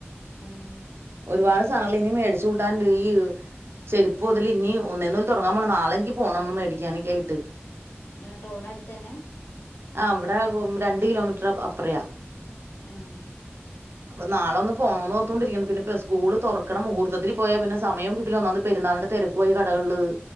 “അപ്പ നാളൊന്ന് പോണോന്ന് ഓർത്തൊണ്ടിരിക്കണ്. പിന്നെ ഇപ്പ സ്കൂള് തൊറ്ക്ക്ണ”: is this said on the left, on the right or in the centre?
Right